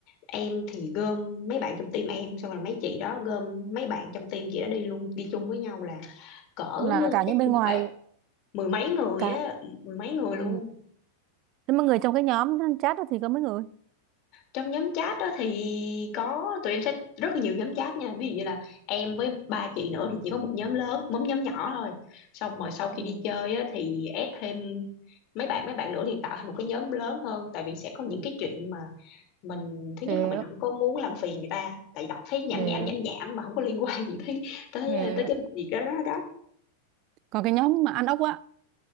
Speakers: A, on the left; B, on the right.
A: em thì gom mấy bạn trong team em xong rồi mấy chị đó gom mấy bạn trong team chị đó đi luôn đi chung với nhau là cỡ
B: là cả những
A: chắc
B: bên
A: cũng
B: ngoài
A: phải mười mấy người
B: cả
A: á mười mấy người
B: ừ
A: luôn
B: thế mà người trong cái nhóm chat đó thì có mấy người
A: trong nhóm chat đó thì có tụi em sẽ rất là nhiều nhóm chat nha ví dụ như là em với ba chị nữa thì chỉ có một nhóm lớn một nhóm nhỏ thôi xong rồi sau khi
B: ừ
A: đi chơi á, thì add thêm mấy bạn mấy bạn nữa thì tạo thành một cái nhóm lớn hơn tại vì sẽ có
B: ừ
A: những cái chuyện mà mình thứ
B: hiểu
A: nhất là mình không có muốn làm phiền người ta tại đọc thấy nhảm
B: hiểu
A: nhảm nhảm nhảm mà không có liên <laughs> quan gì tới tới
B: hiểu
A: tới cái việc đó đó đó
B: còn cái nhóm mà ăn ốc á